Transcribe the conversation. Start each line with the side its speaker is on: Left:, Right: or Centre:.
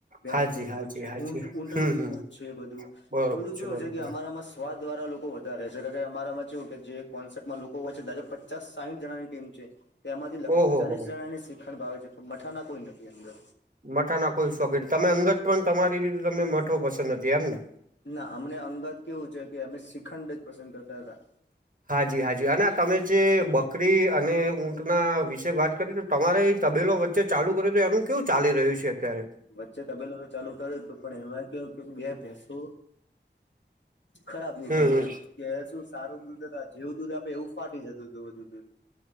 Left: ભેંસ
Right: હાજી
Left: નું
Right: હાજી
Left: દૂધ છે,
Right: હાજી
Left: ઊટ, ઊંટણીનું
Right: હમ હમ
Left: દૂધ છે બધું,
Right: બરોબર
Left: એવું ચેવુ
Right: બરોબર
Left: છે કે અમાર આમા સ્વાદ વારા લોકો વધારે છે, કારણ કે અમારા માં ચેવું કે જે કોન્સેપ્ટમાં લોકો હોય છે, પચાસ સાહીઠ જણાની- ટીમ છે, તેમાંથી લગભગ
Right: ઓહો
Left: ચાલીસ
Right: હો
Left: જણાને શીખણ ભાવે છે, પણ મઠાના કોઈ નથી અંદર
Right: મઠા ના કોઈ શોખીન, તમે અંગત પણ તમારી રીતે તમને મઠો પસંદ નથી, એમ ને
Left: ના, અમને અંગત કેવું છે કે અમે શ્રીખંડ જ પસંદ કરતા હતા.
Right: હાજી, હાજી અને તમે જે બકરી અને ઊંટના વિશે વાત કરી તો, તમારે એ તબેલો વચ્ચે ચાલુ કરો તો એનું કેવું ચાલી રહ્યું છે અત્યારે?
Left: વચ્ચે તબેલો તો મે ચાલુ કર્યો હતું, પણ એમા કેવુ કે બે બેસો ખરાબ નીકળ્યા,
Right: હમ હમ
Left: એમ કે શું સારું દૂધ ના, જેવું દૂધ આપે એવું ફાટી જતું હતું ધું દૂધ.